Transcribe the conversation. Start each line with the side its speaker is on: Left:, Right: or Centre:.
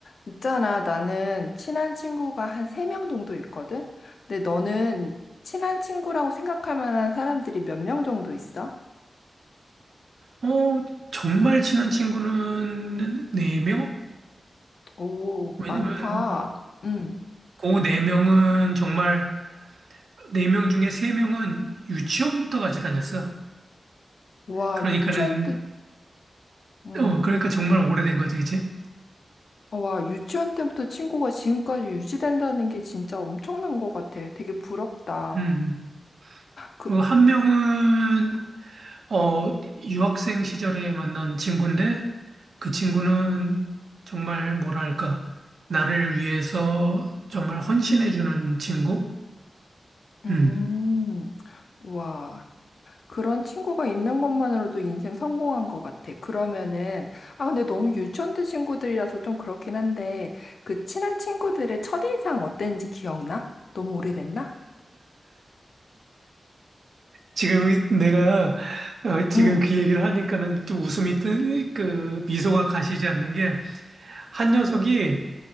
Left: 있잖아, 나는 친한 친구가 한 세 명 정도 있거든? 근데 너는 친한 친구라고 생각할 만한 사람들이 몇 명 정도 있어?
Right: 어, 정말 친한 친구는 네명
Left: 오,
Right: 왜냐면
Left: 많다. 응.
Right: 그 네명은 정말 네 명 중에 세명은 유치원부터 같이 다녔어.
Left: 와,
Right: 그러니까는
Left: 유치원 때, 응.
Right: 어, 그러니까 정말 오래된 거지, 그치?
Left: 어, 와, 유치원 때부터 친구가 지금까지 유지된다는 게 진짜 엄청난 것 같아. 되게 부럽다.
Right: 음.
Left: 그,
Right: 그리고 한 명은 어, 유학생 시절에 만난 친구인데 그 친구는 정말 뭐랄까 나를 위해서 정말 헌신해 주는 친구?
Left: 음,
Right: 음.
Left: 와. 그런 친구가 있는 것만으로도 인생 성공한 것 같아. 그러면은, 아, 근데 너무 유치원 때 친구들이라서 좀 그렇긴 한데, 그 친한 친구들의 첫인상 어땠는지 기억나? 너무 오래됐나?
Right: 지금 내가 어, 지금
Left: 응,
Right: 그 얘기를 하니까는 좀 웃음이 뜨, 그 미소가 가시지 않는 게 한 녀석이